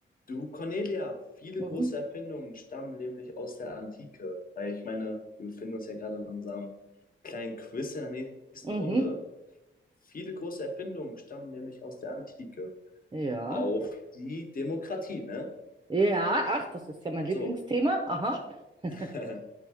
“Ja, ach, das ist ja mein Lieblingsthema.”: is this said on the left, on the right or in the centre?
Right